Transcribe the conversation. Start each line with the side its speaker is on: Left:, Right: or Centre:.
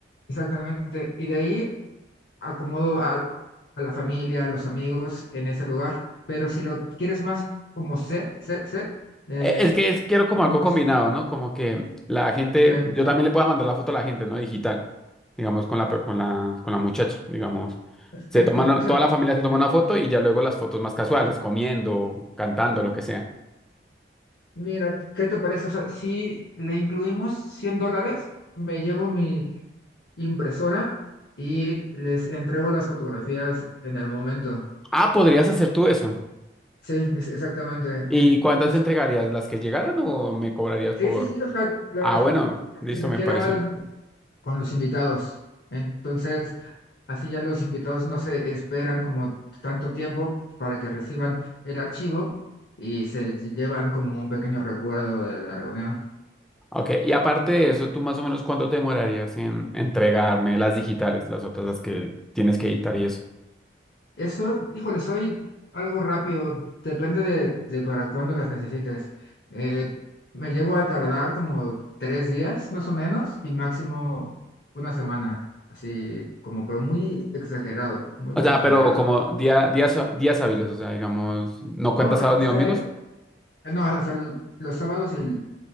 Left: Exactamente. Y de ahí acomodo a, a la familia, a los amigos en ese lugar. Pero si lo quieres más como set, set, set, eh,
Centre: E- Es que es, quiero como
Left: podemos
Centre: algo combinado, ¿no? Como que la gente,
Left: organizar.
Centre: yo también le pueda mandar la foto a la gente, ¿no? Digital, digamos, con la, per- con la, con la muchacha, digamos.
Left: Perfecto.
Centre: Se toman,
Left: O sea,
Centre: toda la familia se toma una foto y ya luego las fotos más casuales, comiendo, cantando, lo que sea.
Left: Mira, ¿qué te parece? O sea, si le incluimos 100 dólares, me llevo mi impresora y les entrego las fotografías en el momento.
Centre: Ah, podrías hacer tú eso.
Left: Sí, es exactamente.
Centre: ¿Y
Left: Entonces,
Centre: cuántas entregarías? ¿Las que llegaran o me cobrarías
Left: sí,
Centre: por...?
Left: sí, sí, o sea, las
Centre: Ah, bueno, listo,
Left: que requieran
Centre: me parece.
Left: con los invitados. Entonces, así ya los invitados no se esperan como tanto tiempo para que reciban el archivo y se lle- llevan como un pequeño recuerdo de la reunión.
Centre: Ok, y aparte de eso, ¿tú más o menos cuánto te demorarías en entregarme las digitales, las otras, las que tienes que editar y eso?
Left: Eso, híjole, soy algo rápido, depende de, de para cuándo las necesites. Eh, me llego a tardar como tres días más o menos y máximo una semana, así como, pero muy exagerado, muy,
Centre: O
Left: muy
Centre: sea,
Left: exagerado.
Centre: pero como día, días, días hábiles, o sea, digamos, ¿no cuentas
Left: No,
Centre: sábados
Left: hasta,
Centre: ni domingos?
Left: eh, no, hasta lo- los sábados y l-